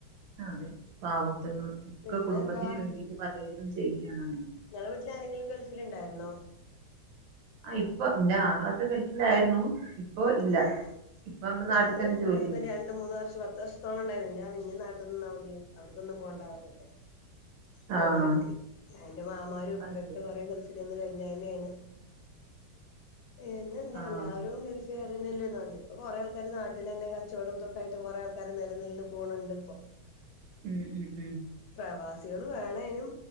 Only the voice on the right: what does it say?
അതെ പവാത്ത്ങ്ങൾ ഒക്കെ
കുടുംബത്തിന്
വേണ്ടീട്ട് പലതും ചെയ്യാണ്
ആ ഇപ്പ ന്റെ ആങ്ങളൊക്കെ ഗൾഫിലായിരുന്നു ഇപ്പൊ ഇല്ല
ഇപ്പൊ അവന്റെ നാട്ടിൽ
തന്നെ ജോലിയാണ്
ആഹ്
അത്
ശരി
ആഹ്
ഉം ഉം ഉം